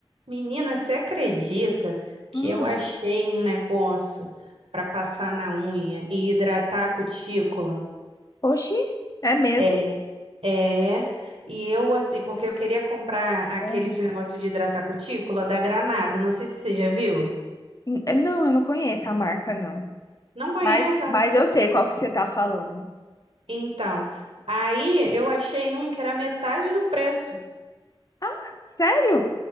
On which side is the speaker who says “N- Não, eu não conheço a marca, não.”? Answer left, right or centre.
Left